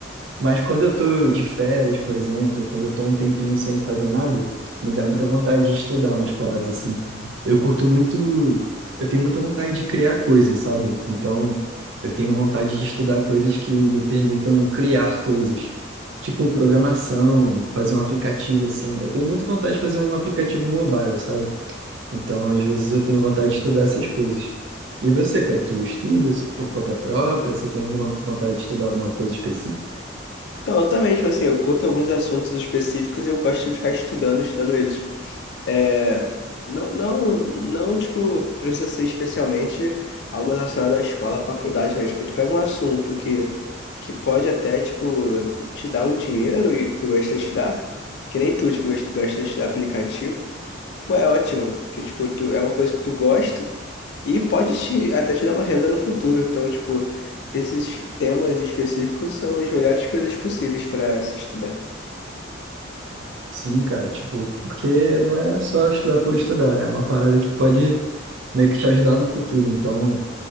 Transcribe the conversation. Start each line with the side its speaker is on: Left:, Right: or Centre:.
Right: Mas quando eu tô de férias, por exemplo, quando eu tô um tempinho sem fazer nada, me dá muita vontade de estudar umas paradas assim. Eu curto muito, eu tenho muita vontade de criar coisas, sabe? Então, eu tenho vontade de estudar coisas que me permitam criar coisas. Tipo, programação, fazer um aplicativo, assim. Eu tenho muita vontade de fazer um aplicativo mobile, sabe? Então, às vezes eu tenho vontade de estudar essas coisas. E você, cara, tu estuda por conta própria? Você tem alguma vontade de estudar alguma coisa específica?
Left: Então, eu também, tipo assim, eu curto alguns assuntos específicos e eu gosto de ficar estudando, estudando eles. É, não, não, não, tipo, precisa ser especialmente algo relacionado à escola, à faculdade, né? Tipo, tu pega um assunto que, que pode até, tipo, te dar um dinheiro e tu gosta de estudar, que nem tu, tipo, gosta gosta de estudar aplicativo, pô, é ótimo, porque, tipo, tu, é uma coisa que tu gosta e pode te- até te dar uma renda no futuro. Então, tipo, esses temas específicos são as melhores coisas possíveis para se estudar.
Right: Sim, cara, tipo, porque não é só estudar por estudar, é uma parada que pode meio que te ajudar no futuro. Então,